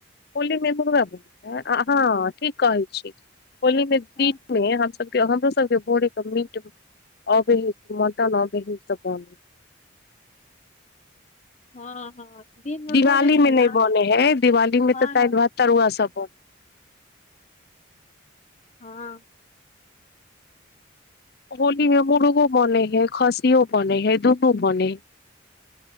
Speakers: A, on the left; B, on the left.
A: होली मे मुर्गा <unintelligible> ठीक कहै छी होली दिनमे
B: हँ
A: हम सब हमरो सबके भोरे के मीट अबे ह मटन अबे हे सब बनै हे
B: हँ हँ दिन मे
A: दिवाली
B: बनै है
A: में नहि
B: ने
A: बने है दिवाली में
B: हँ
A: तऽ दालि, भात, तरुआ सब ब
B: हँ
A: होली में मुर्गो बने हैं खसियो बने हैं दुनू बने हय